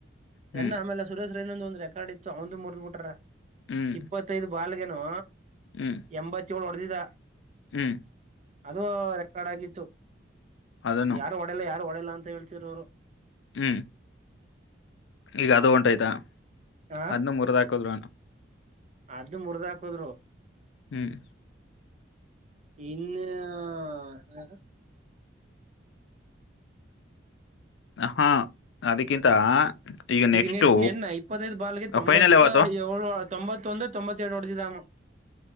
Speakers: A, on the left; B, on the right.
A: ಹ್ಮ್
B: ನೆನ್ನ ಆಮೇಲೆ ಸುರೇಶ್ <unintelligible> ಕಡಿತ್ತುು ಅವ್‌ನ್ದು ಮುರ್ದ್ಬ ಬಿಟ್ರ
A: ಹ್ಮ್
B: ಇಪ್ಪತ್ತೈದು ಬಾಲ್ಗೆನೊ
A: ಹ್ಮ್
B: ಎಂಬತ್ತು <unintelligible> ಹೊಡದಿದ್ದ
A: ಹ್ಮ್
B: ಅದು ರೆಕಾರ್ಡ್ ಆಗಿತ್ತು
A: ಅದನ್ನು
B: ಅದ್ ಯಾರು ಒಡಿಯಲ್ಲ ಯಾರು ಒಡೆಯಲ್ಲ ಅಂತ <unintelligible>
A: ಹ್ಮ್ ಈಗ ಅದು ಒಂಟ <unintelligible> ಯ್ತಾ
B: ಹ
A: ಅದ್ನು ಮೂರ್ದ ಹಾಕಿದ್ರು ಅನ್ನು
B: ಅದ್ನು ಮುರ್ದ್ ಹಾಕದ್ರು
A: ಹ್ಮ್
B: ಇನ್ನು ಹ
A: ಹಾ ಅದಕ್ಕಿಂತ ಈಗ
B: ಈಗಿನೆಷ್ಟ್
A: ನೆಕ್ಸ್ಟು
B: ನೆನ್ ಇಪ್ಪತೈದ್ ಬಾಲ್ಗೆ ತೊಂಬತ್ತ
A: ಫೈನಲ್ ಯಾವತ್ತು
B: ಯೋಳು ತೊಂಬತ್ತೊಂದೋ ತೊಂಬತ್ತೆರಡು ಹೊಡ್ದಿದ್ದು ಅವ್ನು